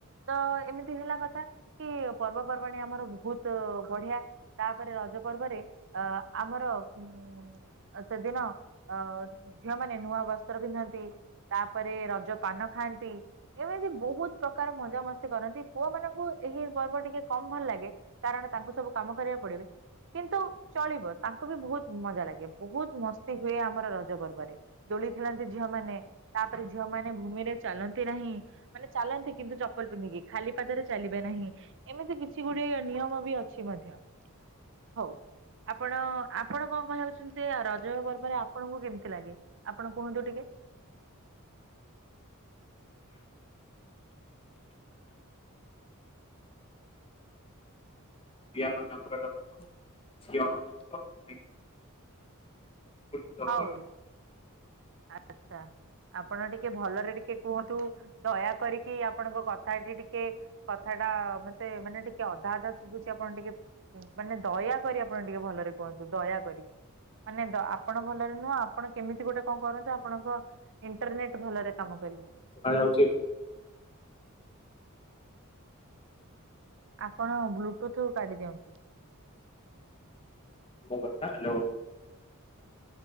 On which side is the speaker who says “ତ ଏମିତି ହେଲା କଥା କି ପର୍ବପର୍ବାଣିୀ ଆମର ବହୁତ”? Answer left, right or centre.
Right